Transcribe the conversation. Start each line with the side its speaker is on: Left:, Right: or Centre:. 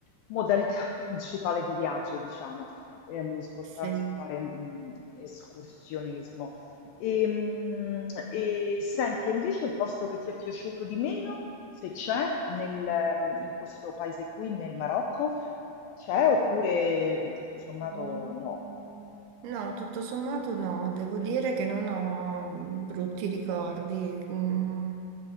Left: modalità <laughs> principale di viaggio, diciamo ehm, spostarsi
Right: sì.
Left: e fare mh, escursionismo. E, mh, e senti, e invece il posto che ti è piaciuto di meno, se c'è, nel, ehm, in questo paese qui, nel Marocco, c'è oppure tutto sommato
Right: Mm,
Left: no?
Right: No, tutto sommato no, devo dire che non ho brutti ricordi. Mm,